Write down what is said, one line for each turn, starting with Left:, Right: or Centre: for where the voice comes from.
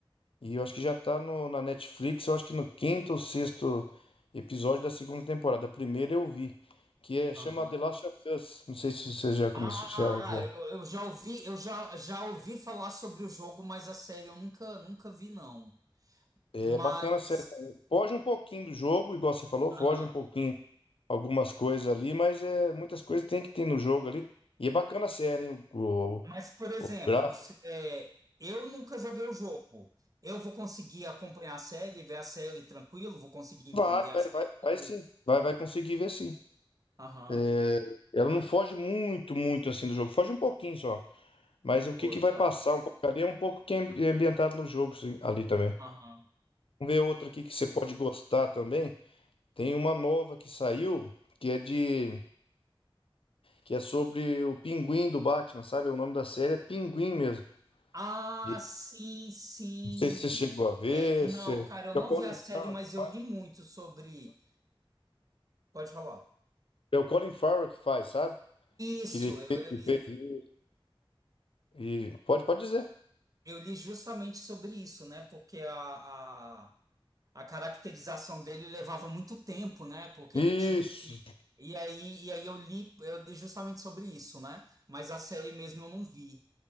Left: E eu acho que já tá no, na Netflix, eu acho que no quinto ou sexto episódio da segunda temporada. A primeira eu vi, que é
Right: Aham.
Left: chama The Last of Us. Não sei se você já começou,
Right: Ah,
Left: já, já.
Right: eu, eu já ouvi, eu já, já ouvi falar sobre o jogo, mas a série eu nunca, nunca vi, não.
Left: É
Right: Mas,
Left: bacana a série também. Foge um pouquinho do jogo, igual você falou, foge
Right: aham.
Left: um pouquinho algumas coisas ali, mas é, muitas coisas tem que ter no jogo ali. E é bacana a série, hein? O, o,
Right: Mas, por exemplo,
Left: o gráfico.
Right: se- é, eu nunca joguei o jogo. Eu vou conseguir acompanhar a série, ver a série tranquilo, vou conseguir entender
Left: Vai,
Right: a
Left: vai,
Right: série.
Left: vai, vai
Right: Eu vou-
Left: sim. Vai, vai conseguir ver sim.
Right: Aham,
Left: É, ela não foge muito, muito assim do jogo. Foge um pouquinho só. Mas o
Right: Pô,
Left: que que
Right: legal.
Left: vai passar um pouco ali é um pouco que é ambi- é ambientado no jogo sim, ali também.
Right: Aham.
Left: Vamos ver outra aqui que você pode gostar também. Tem uma nova que saiu que é de que é sobre o Pinguim do Batman, sabe? O nome da série é Pinguim mesmo.
Right: Ah,
Left: E
Right: sim, sim.
Left: não sei se você chegou a ver,
Right: É, não,
Left: se é
Right: cara, eu
Left: é
Right: não
Left: o Colin
Right: vi a série,
Left: Farrell
Right: mas
Left: que faz.
Right: eu li muito sobre. Pode falar.
Left: É o Colin Farrell que faz, sabe?
Right: Isso,
Left: Que, ele-
Right: eu, eu
Left: que
Right: li,
Left: fez e pode pode dizer.
Right: eu li justamente sobre isso, né? Porque a, a caracterização dele levava muito tempo, né? Porque
Left: Isso.
Right: ele tinha que. E aí, e aí eu li, eu li justamente sobre isso, né? Mas a série mesmo eu não vi.